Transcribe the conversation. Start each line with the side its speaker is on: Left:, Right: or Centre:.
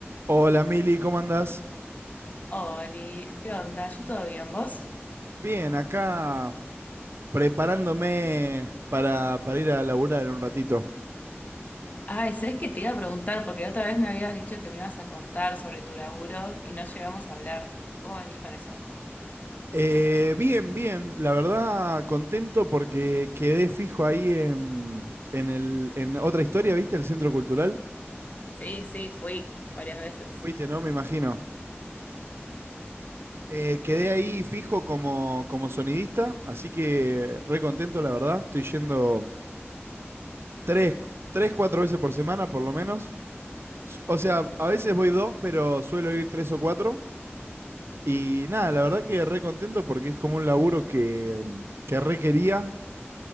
Right: Hola Mili, ¿cómo andás?
Left: Oli, ¿qué onda? ¿Yo todo bien, vos?
Right: Bien, acá preparándome para, para ir a laburar en un ratito.
Left: Ay, ¿sabés qué te iba a preguntar? Porque la otra vez me habías dicho que me ibas a contar sobre tu laburo y no llegamos a hablar. ¿Cómo venís con eso?
Right: Eh, bien, bien, la verdad contento porque quedé fijo ahí en, en el, en otra historia, ¿viste? El Centro Cultural.
Left: Sí, sí, fui varias veces.
Right: Fuiste, ¿no? Me imagino. Eh, quedé
Left: Y
Right: ahí fijo como, como sonidista, así que re contento, la verdad. Estoy yendo tres, tres, cuatro veces por semana, por lo menos. S- O sea, a veces voy dos, pero suelo ir tres o cuatro. Y nada, la verdad que re contento porque es como un laburo que, que re quería.